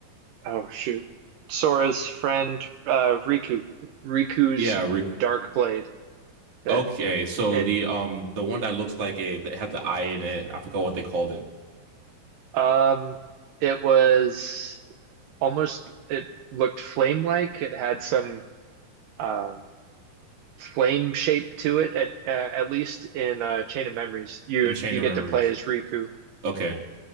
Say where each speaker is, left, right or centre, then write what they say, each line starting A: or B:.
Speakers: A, on the right (about 80°); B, on the right (about 50°).
A: oh shoot. Sora's friend uh Riku. Riku's
B: Yeah, Riku.
A: Dark Blade that
B: Okay, so
A: and
B: the um the one that looks like a that had the eye in it. I forgot what they called it.
A: um it was almost it looked flame like. It had some um flame shape to it at uh, at least in uh, Chain of Memories. You
B: In Chain
A: you
B: of
A: get
B: Memories.
A: to play as Riku
B: Okay.